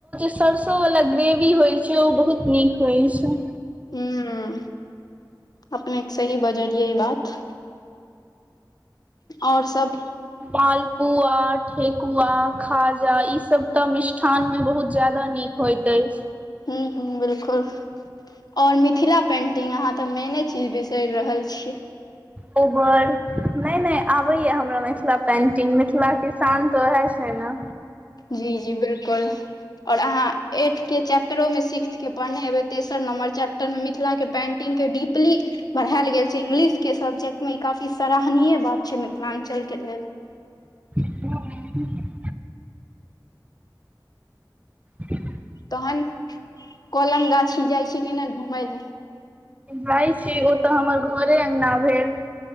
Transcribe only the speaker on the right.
सरसों वाला ग्रेवी होइ छै ओ बहुत नीक होइ छै
मालपुआ ठेकुआ खाजा ई सब तऽ मिष्ठान में बहुत ज्यादा नीक होइत अछि
ओबर नहि नहि आबे या हमरा मिथिला पेंटिंग मिथिला किसान तो वहे छइना
ह <inaudible> जी <inaudible>
भाय छी ओ त हमर घरे अंगना भेल